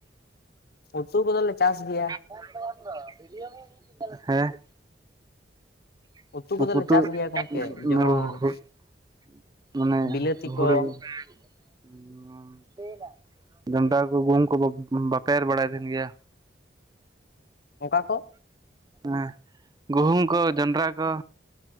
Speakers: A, on the left; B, on the right.
A: ᱩᱛᱩ ᱠᱚᱫᱚᱞᱮ ᱪᱟᱥ ᱜᱮᱭᱟ।
B: <unintelligible> ᱦᱮᱸ, <unintelligible>
A: ᱩᱛᱩ ᱠᱚᱫᱚᱞᱮ ᱪᱟᱥ ᱜᱮᱭᱟ ᱜᱚᱝᱠᱮ ᱡᱮᱢᱚᱱ
B: ᱢᱟᱱᱮ
A: ᱵᱤᱞᱟᱹᱛᱤ
B: ᱦᱩᱲᱩ᱾
A: ᱠᱚ
B: <unintelligible> ᱡᱚᱱᱰᱨᱟ ᱠᱚ ᱜᱩᱦᱩᱢ ᱠᱚ ᱵᱟᱯᱮ ᱮᱨ ᱵᱟᱲᱟᱭ ᱛᱟᱦᱮᱱ ᱜᱮᱭᱟ?
A: ᱚᱠᱟ ᱠᱚ?
B: ᱦᱮ ᱜᱩᱦᱩᱢ ᱠᱚ ᱡᱚᱱᱰᱨᱟ ᱠᱚ।